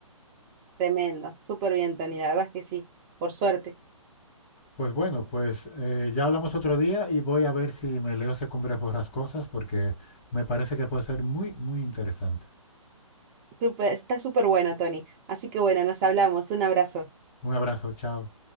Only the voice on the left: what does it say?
Pues bueno, pues eh, ya hablamos otro día y voy a ver si me leo Cumbres Borrascosas porque me parece que puede ser muy, muy interesante.
Un abrazo, chao.